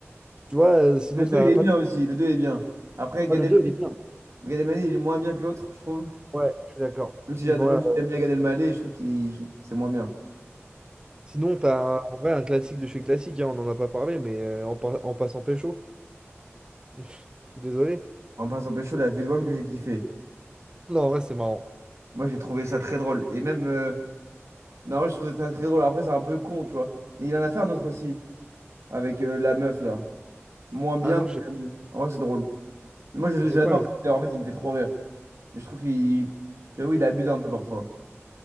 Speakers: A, on the right (about 20°); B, on the right (about 80°).
A: tu vois, euh, sinon
B: Le
A: ça
B: 2 il
A: n'a
B: est
A: pas
B: Ouais. bien
A: de
B: aussi. Le 2 est bien. Après, Gad
A: Ouais, le
B: Ouais.
A: 2 il
B: Elmaleh,
A: est bien.
B: Gad Elmaleh, il est moins bien que l'autre, je trouve.
A: Ouais, je suis d'accord.
B: Même si
A: Ils
B: j'ad-
A: vont,
B: même
A: euh,
B: si j'aime bien Gad Elmaleh, je trouve qu'il c'est moins bien.
A: Sinon, t'as un- en vrai un classique de chez classique, hein, on en a pas parlé, mais euh, en, pa- en passant pécho. <laughs> Je suis désolé.
B: En passant pécho, la vie de Wham que j'ai kiffé.
A: Non, en vrai, c'est marrant.
B: Moi, j'ai trouvé ça très drôle. Et même. euh, Non, ouais, je trouve ça très drôle. Après, c'est un peu con, tu vois. Et il en a fait un autre aussi. Avec euh, la meuf, là. Moins bien,
A: Ah non,
B: mais
A: je ne
B: quand même. En vrai, c'est drôle. Mais moi, je-
A: connais
B: j'adore
A: pas l'autre.
B: cet acteur. En fait, il me fait trop rire. Mais je trouve qu'il. J'avoue, il abuse un peu parfois.